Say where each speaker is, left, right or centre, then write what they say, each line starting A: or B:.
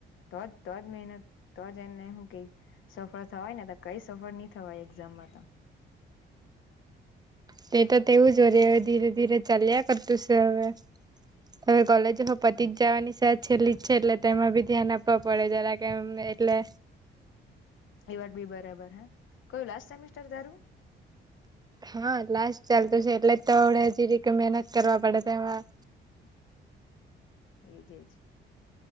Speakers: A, on the left; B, on the right.
A: તોજ તોજ મેહનત તો જ એને હું કઈ, સફળ થવાય ને તો કઈ સફળ નહી થવાય એક્ઝામ માં તો
B: તે તો તેવું જ વરી હવે ધીરે ધીરે ચાલ્યા કરતું છે હવે. તમે કોલેજે નું પતી જ જાવાની સે આ છેલ્લી જ છે એટલે તેમાં બી ધ્યાન આપવા પડે જરાક એમ એટલે.
A: એ વાત બી બરાબર હે, કયું લાસ્ટ સેમિસ્ટર તારું?
B: હા લાસ્ટ ચાલતું છે એટલે જ તો હમડે જીરીક મેહનત કરવા પડે તેમાં
A: હ એજ એજ.